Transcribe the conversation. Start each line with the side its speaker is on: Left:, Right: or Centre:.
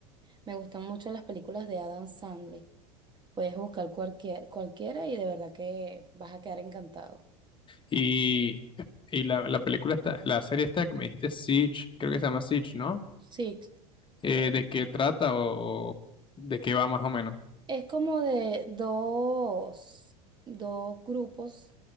Right: Me gustan mucho las películas de Adam Sandler. Puedes buscar cualquier, cualquiera y de verdad que vas a quedar encantado.
Left: Y, y la, la película está, la serie esta que me dijiste Siege, creo que se llama Siege, ¿no?
Right: Sí,
Left: Eh,
Right: correcto.
Left: ¿de qué trata o, o de qué va más o menos?
Right: Es como de dos, dos grupos